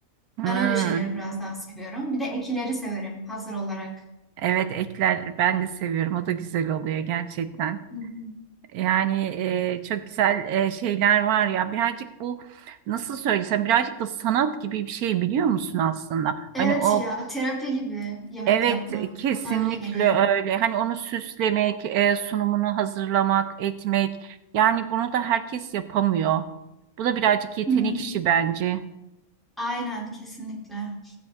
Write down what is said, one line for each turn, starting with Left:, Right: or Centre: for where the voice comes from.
Right: hı.
Centre: Ben öyle şeyleri biraz daha seviyorum. Bir de ekileri severim hazır olarak.
Right: Evet ekler ben de seviyorum o da güzel oluyor gerçekten.
Centre: Hı hı.
Right: Yani e, çok güzel e, şeyler var ya birazcık bu nasıl söylesem birazcık da sanat gibi bir şey biliyor musun aslında?
Centre: Evet
Right: Hani o
Centre: ya terapi gibi yemek
Right: evet
Centre: yapmak
Right: kesinlikle
Centre: bana öyle geliyor.
Right: öyle hani onu süslemek e, sunumunu hazırlamak etmek yani bunu da herkes yapamıyor. Bu da birazcık yetenek
Centre: Hmm,
Right: işi bence.
Centre: aynen kesinlikle.